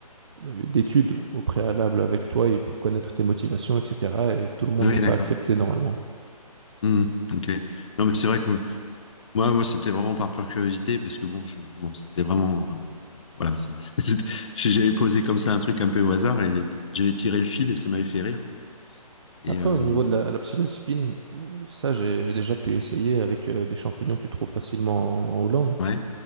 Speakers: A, on the right (about 45°); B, on the left (about 50°).
A: euh, d'études au préalable avec toi et pour connaître tes motivations, etc. Et tout le monde
B: oui,
A: n'est pas
B: d'accord.
A: accepté normalement.
B: Hmm, ok. Non, mais c'est vrai que moi, moi, c'était vraiment par pure curiosité, parce que bon, je, bon, c'était vraiment, euh, voilà, c'est- <laughs> c'est- c'est- j'avais posé comme ça un truc un peu au hasard et j'avais tiré le fil et ça m'avait fait rire, quoi. Et
A: Après,
B: euh,
A: au niveau de la, la psilocybine, euh, ça, j'ai j'ai déjà pu essayer avec euh, des champignons que tu trouves facilement en, en Hollande.
B: ouais,